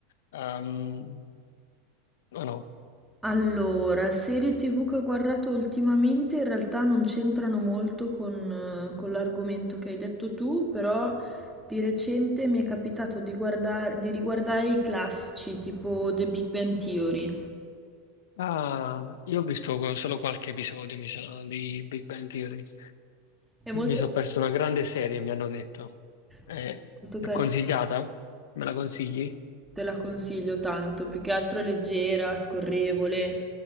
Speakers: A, on the left (about 80°); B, in the centre.
A: ehm, o no?
B: Allora, serie TV che ho guardato ultimamente in realtà non c'entrano molto con, eh, con l'argomento che hai detto tu, però di recente mi è capitato di guardare, di riguardare i classici, tipo The Big Bang Theory.
A: Ah, io ho visto solo qualche episodio, mi sa, di Big Bang Theory.
B: È molto,
A: Mi sono perso una grande serie, mi hanno detto. È,
B: sì, molto
A: è
B: carino.
A: consigliata? Me la consigli?
B: Te la consiglio tanto, più che altro è leggera, scorrevole